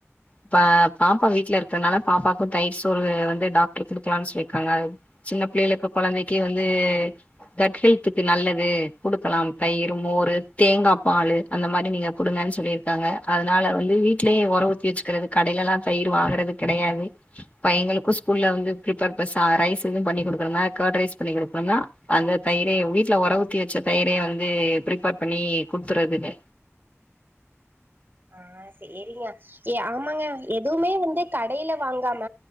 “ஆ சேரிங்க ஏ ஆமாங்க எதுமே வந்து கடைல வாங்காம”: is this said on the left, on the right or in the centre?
Right